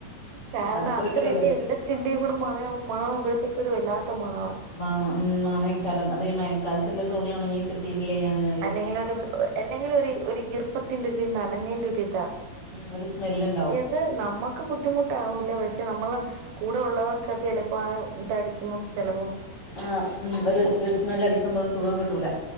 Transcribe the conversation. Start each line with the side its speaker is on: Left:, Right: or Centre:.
Right: കാരണം
Left: അത്രക്കിട്ട
Right: അത്രന്റെയും എല്ലത്തിന്റെയും കൂടെ മണമണവുമ്പോഴത്തേക്കും ഒരു വല്ലാത്ത മണ
Left: മാണ ഉം മാണയ്കാരം മഴക്കാലത്ത്ല്ല തുണി ഒണങ്ങി കിട്ടിട്ടില്ലേ അങ്ങനെ
Right: അല്ലെങ്കിലൊരു എല്ലങ്കിലൊര് ഒര് ഈർപ്പത്തിന്റെ ഒര് നനഞ്ഞേന്റൊരിതാ
Left: ഉം ഒരു സ്മെല്ല്ണ്ടാവും
Right: അത് നമ്മുക്ക് ബുദ്ധിമുട്ടാവൂല്ല പക്ഷേ നമ്മള് കൂടെ ഉള്ളവർക്കത് ചെലപ്പോ ആ തടിക്കുമ്പം ചെലപ്പം
Left: ആഹ് ഉം ഒരു ഒരു സ്മെല്ലടിക്കുമ്പോ സുഖം കിട്ടൂല